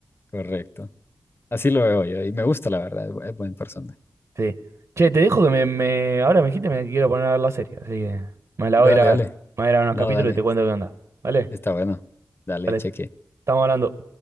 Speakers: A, on the left (about 35°); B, on the right (about 60°).
A: correcto. Así lo veo yo y me gusta, la verdad, es bu- es buena persona.
B: Sí. Che, te dejo que me, me- Ahora me dijiste que me quiero poner a ver la serie, así que me la
A: Dale,
B: voy a ir a
A: dale.
B: ver. Me voy a ir a ver unos
A: No,
B: capítulos
A: dale.
B: y te cuento qué onda. ¿Vale?
A: Está bueno. Dale,
B: Vale,
A: cheque.
B: estamos hablando.